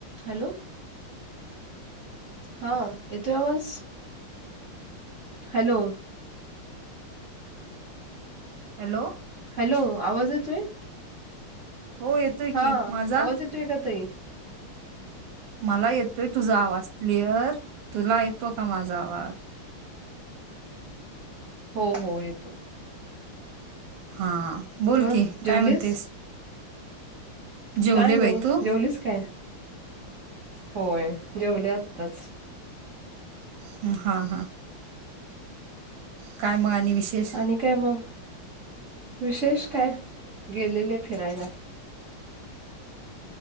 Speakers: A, on the right (about 60°); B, on the right (about 85°).
A: हॅलो. हां. येतोय आवाज? हॅलो.
B: हॅलो.
A: हॅलो. आवाज येतोय?
B: हो येतोय
A: हां.
B: की माझा
A: आवाज येतोय का ताई?
B: मला येतोय तुझा आवाज क्लिअर. तुला येतो का माझा आवाज?
A: हो. हो येतो.
B: हां. बोल
A: मग
B: की
A: जेवलीस
B: काय म्हणतेस? जेवले
A: काय नाही.
B: बाई तू
A: जेवलीस काय? होय जेवले आत्ताच.
B: हं. हा. हा. काय म आणि विशेष?
A: आणि काय म? विशेष काय? गेलेले फिरायला.